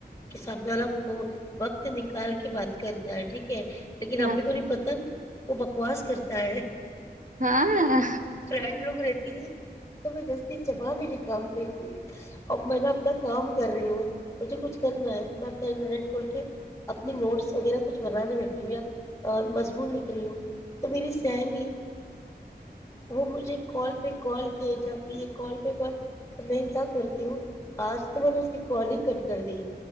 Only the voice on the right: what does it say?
ہاں
ہاں ہا ہا